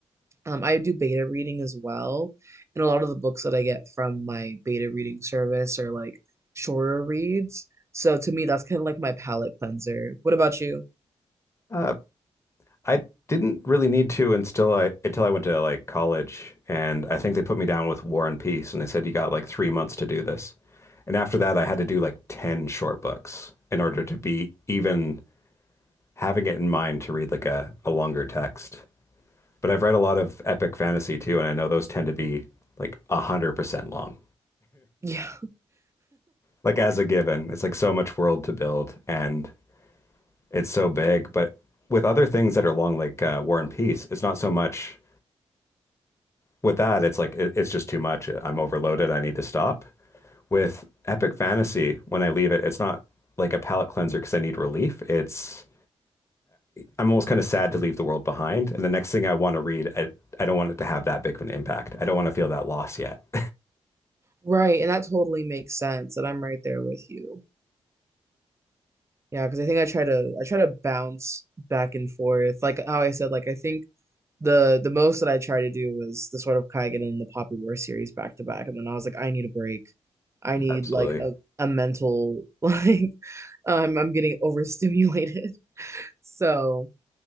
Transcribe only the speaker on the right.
um, I do beta reading as well, and a lot of the books that I get from my beta reading service are like shorter reads. So to me, that's kind of like my palate cleanser. What about you?
Yeah,
right, and that totally makes sense. And I'm right there with you. Yeah, because I think I try to I try to bounce back and forth. Like how I said, like I think. the the most that I tried to do was the sort of Kaigen and the Poppy War series back to back, and then I was like, I need a break. I need
like a a mental like <laughs> um, I'm getting overstimulated. <laughs> So